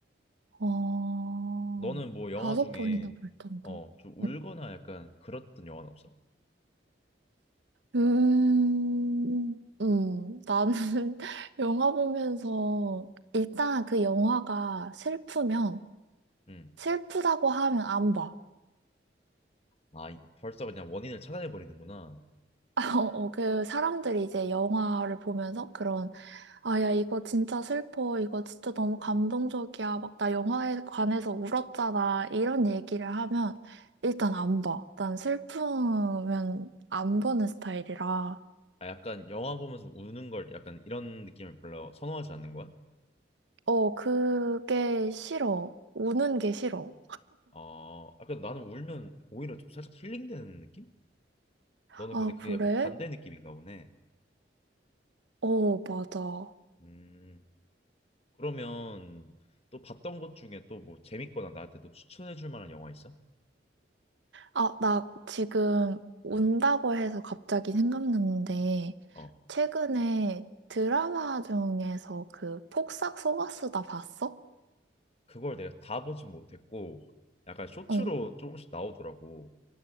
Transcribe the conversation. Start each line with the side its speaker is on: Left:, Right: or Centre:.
Right: 어,
Left: 너는 뭐 영화
Right: 다섯
Left: 중에
Right: 번이나 볼 정도.
Left: 어, 좀 울거나
Right: 음,
Left: 약간 그랬던 영화는 없어?
Right: 음, 음. 나는 <laughs> 영화 보면서 일단 그 영화가 슬프면
Left: 음.
Right: 슬프다고 하면 안 봐.
Left: 아, 이- 벌써 그냥 원인을 찾아내 버리는구나.
Right: <laughs> 어, 그 사람들이 이제 영화를 보면서 그런 아, 야, 이거 진짜 슬퍼. 이거 진짜 너무 감동적이야. 막, 나 영화에 관해서 울었잖아. 이런 얘기를 하면, 일단 안 봐. 난 슬프면 안 보는 스타일이라.
Left: 아, 약간 영화 보면서 우는 걸 약간 이런 느낌을 별로 선호하지 않는 거야?
Right: 어, 그게 싫어. 우는 게 싫어.
Left: 어, 약간 나는 울면 오히려 좀 살짝 힐링되는 느낌? 너는
Right: 아,
Left: 근데 그게
Right: 그래?
Left: 약간 반대 느낌인가 보네.
Right: 어, 맞아.
Left: 음. 그러면 또 봤던 것 중에 또 뭐 재밌거나 나한테 또 추천해 줄 만한 영화 있어?
Right: 아, 나 지금 운다고
Left: 음.
Right: 해서 갑자기 생각났는데,
Left: 어.
Right: 최근에 드라마 중에서 그 폭삭 속았수다 봤어?
Left: 그걸 내가 다 보진 못했고 약간 쇼츠로
Right: 응,
Left: 조금씩 나오더라고.